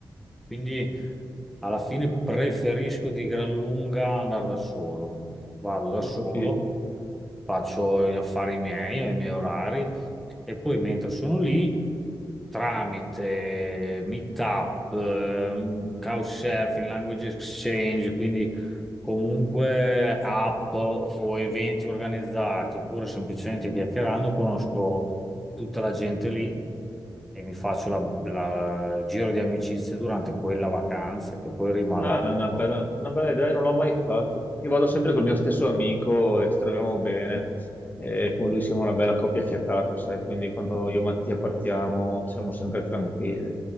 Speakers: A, in the centre; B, on the left.
A: Quindi alla fine preferisco di gran lunga andare da solo. Vado da
B: ho
A: solo,
B: capito.
A: faccio gli affari miei, ho i miei orari e poi mentre sono lì, tramite Meetup, ehm, Couchsurfing, Language Exchange, quindi comunque app o eventi organizzati, oppure semplicemente chiacchierando, conosco tutta la gente lì e mi faccio la- la- il giro di amicizie durante quella vacanza che poi rimarrà.
B: Ah, è una
A: ecco.
B: bella, una bella idea, non l'ho mai fatto. Io vado sempre col mio stesso amico e ci troviamo bene. E con lui siamo una bella coppia fiatata, sai? Quindi quando io e Mattia partiamo siamo sempre tranquilli.